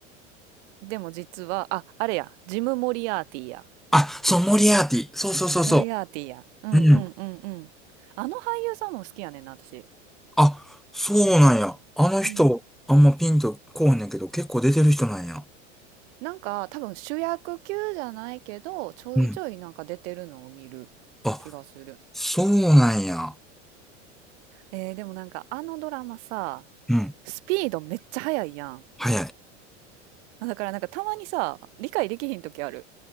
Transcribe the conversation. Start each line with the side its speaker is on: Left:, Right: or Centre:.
Right: でも実は、あ、あれや、ジム・モリアーティや。
Centre: あ、そう、モリアーティ。そうそうそうそ
Right: モリアーティや。うんうんうんうん。
Centre: う。うん。
Right: あの俳優さんも好きやねんな、私。
Centre: あ、そうなんや。あの人、
Right: うん
Centre: あんまピンとこうへんねんけど、結構出てる人なんや。
Right: なんか多分主役級じゃないけどちょいちょいなんか出てるのを見る気がする。
Centre: うん。あ、そうなんや。
Right: えー、でもなんかあのドラマさ、
Centre: うん。
Right: スピードめっちゃ速いやん。
Centre: 早い。
Right: あだからなんかたまにさ、理解できひん時ある。